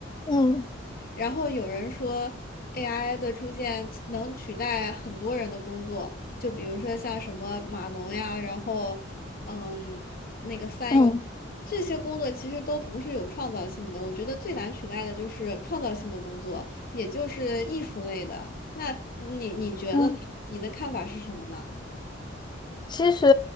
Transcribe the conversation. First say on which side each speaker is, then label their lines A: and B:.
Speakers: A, on the left (about 20°); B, on the left (about 50°).
A: 嗯
B: 然后有人说 AI 的出现能取代很多人的工作，就比如说像什么码农呀，然后嗯，那个翻译
A: 嗯
B: 这些工作其实都不是有创造性的。我觉得最难取代的就是创造性的工作，也就是艺术类的。那你你觉得呢？
A: 嗯，
B: 你的看法是什么呢？
A: 其实